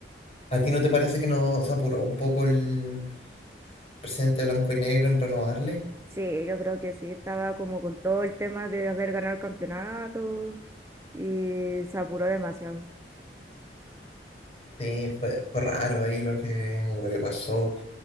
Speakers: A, on the left (about 35°); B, on the right (about 15°).
A: ¿A ti no te parece que no se apuró un poco el presidente Blanco y Negro en renovarle?
B: Sí, yo creo que sí. Estaba como con todo el tema de haber ganado el campeonato y se apuró demasiado.
A: Sí, fue, fue raro ahí lo que, lo que pasó.